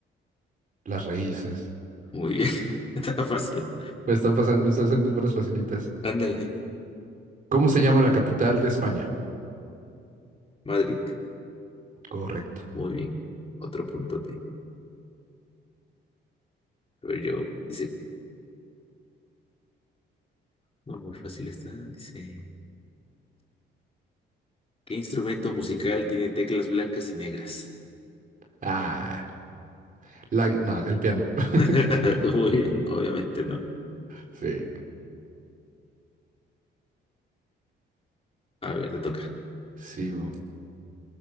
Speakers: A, on the right (about 45°); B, on the left (about 30°).
A: Las raíces.
B: Muy bien, <laughs> está fácil.
A: Pues están pasando, me están saliendo puras facilitas.
B: Ándale,
A: ¿Cómo se llama la capital de España?
B: Madrid.
A: Correcto.
B: Muy bien, otro puntote. A ver, yo. Dice, no, muy fácil está. Dice, ¿qué instrumento musical tiene teclas blancas y negras?
A: Ah, la, no, el piano. <laughs>
B: <laughs> Muy bien, obviamente no.
A: Sí,
B: A ver, te toca.
A: sigo.